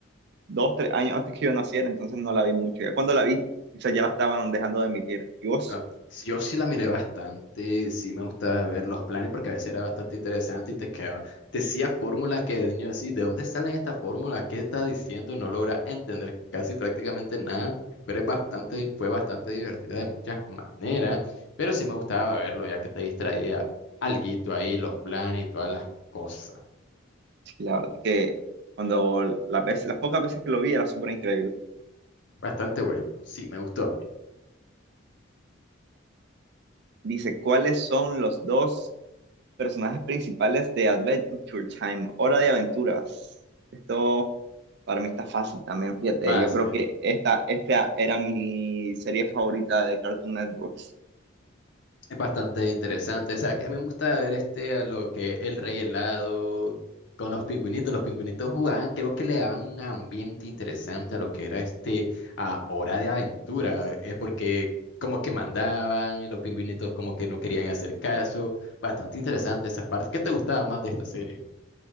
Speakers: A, on the right; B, on the left.
A: dos, tres años antes que yo naciera, entonces no la vi mucho. Ya cuando la vi, o sea, ya la estaban dejando de emitir. ¿Y vos?
B: No, sí, yo sí la miré bastante, sí me gustaba ver los planes porque a veces era bastante interesante y te quedaba, te decía fórmulas que de niño así, ¿de dónde salen estas fórmulas? ¿Qué está diciendo? No logra entender casi prácticamente nada, pero es bastante, fue bastante divertida de muchas maneras, pero sí me gustaba verlo ya que te distraía alguito ahí, los planes y todas las cosas.
A: Y la verdad es que cuando las veces- las pocas veces que lo vi era súper increíble.
B: Bastante bueno, sí me gustó a mí.
A: Dice, ¿cuáles son los dos personajes principales de Adventure Time? Hora de aventuras. Esto para mí está fácil también, fíjate.
B: Fácil.
A: Yo creo que esta, esta era mi serie favorita de Cartoon Networks.
B: Es bastante interesante. O sea, que a mí me gusta ver este, a lo que el rey helado con los pingüinitos. Los pingüinitos jugaban, creo que le daban un ambiente interesante a lo que era este, a Hora de Aventura. Es porque como que mandaban y los pingüinitos como que no querían hacer caso. Bastante interesante esas partes. ¿Qué te gustaba más de esta serie?